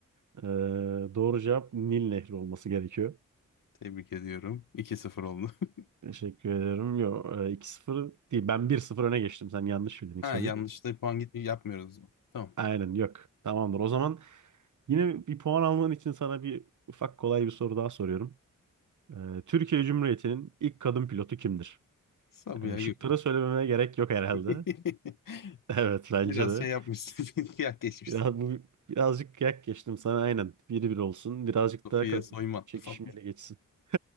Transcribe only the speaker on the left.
Tebrik ediyorum. 2 sıfır oldu. <laughs>
Ha
yanlış da puan gitmiyor yapmıyoruz o zaman. Tamam.
Sabiha
Gökçen.
<laughs>
Biraz
şey yapmışsın. <laughs> Kıyak geçmişsin.
Sofya
soyman
falan.